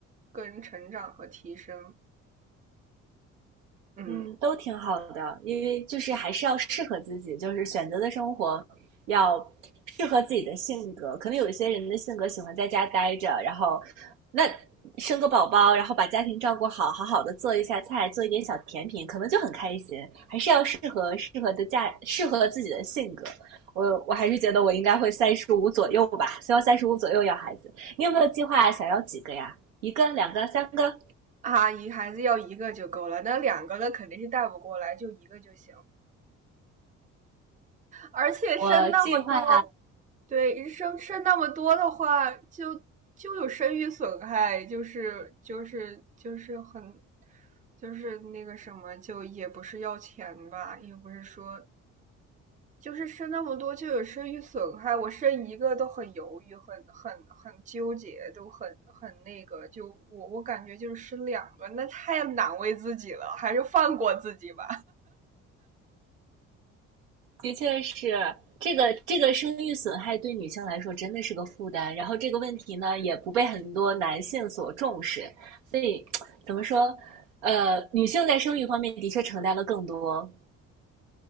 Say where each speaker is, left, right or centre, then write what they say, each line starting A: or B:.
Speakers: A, on the right; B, on the right.
A: 个人成长和提升。嗯，
B: 嗯，都挺好的，因为就是还是要适合自己，就是选择的生活要适合自己的性格。可能有一些人的性格喜欢在家待着，然后那生个宝宝，然后把家庭照顾好，好好的做一下菜，做一点小甜品，可能就很开心。还是要适合适合的价，适合自己的性格。我我还是觉得我应该会三十五左右吧，希望三十五左右要孩子。你有没有计划想要几个呀？一个、两个、三个？
A: 阿姨，一孩子要一个就够了，那两个呢肯定是带不过来，就一个就行。而且生那么多，
B: 我计划
A: 对，生生那么多的话，就就有生育损害，就是就是就是很，就是那个什么，就也不是要钱吧，也不是说，就是生那么多就有生育损害，我生一个都很犹豫，很很很纠结，都很很那个，就我我感觉就是生两个，那太难为自己了，还是放过自己吧。
B: 的确是这个这个生育损害对女性来说真的是个负担，然后这个问题呢也不被很多男性所重视，所以怎么说，呃，女性在生育方面的确承担了更多